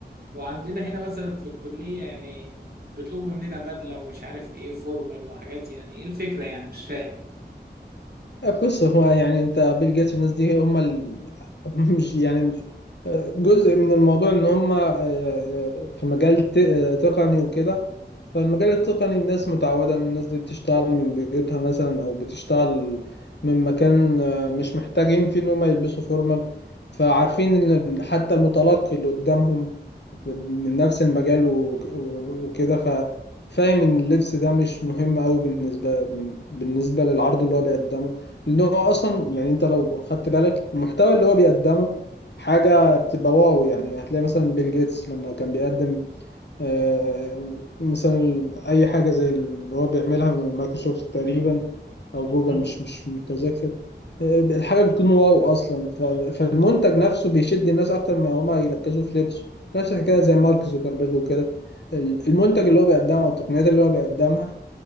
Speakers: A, on the right (about 60°); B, on the left (about 70°).
A: وعندنا هنا مثلا في الكليه يعني بيطلبوا مننا بدله ومش عارف ايه وفورمال وحاجات يعني ايه الفكره يعني مش فاهم
B: بص هو يعني انت بيل جيتس والناس دي هم ال... <laughs> مش يعني جزء من الموضوع ان هم آه، آه، في مجال ت- آه، تقني وكده فالمجال التقني الناس متعودة ان الناس دي بتشتغل من بيوتها مثلا او بتشتغل من مكان آه، مش محتاجين فيه ان هم يلبسوا فورمال فعارفين ان حتى المتلقي اللي قدامهم من نفس المجال و- و- وكده ف فاهم ان اللبس ده مش مهم قوي بالنسبة بالنسبة للعرض اللي هو بيقدمه ان هو اصلا يعني انت لو خدت بالك المحتوى اللي هو بيقدمه حاجه بتبقى واو يعني هتلاقي مثلا بيل جيتس لما كان بيقدم آه، مثلا اي حاجه زي اللي هو بيعملها من مايكروسوفت تقريبا او جوجل
A: مم.
B: مش مش متذكر آه، الحاجه بتكون واو اصلا ف- فالمنتج نفسه بيشد الناس اكتر ما هما يركزوا في لبسه نفس الحكايه زي مارك زوكربيرج وكده ال- المنتج اللي هو بيقدمه والتقنيات اللي هو بيقدمها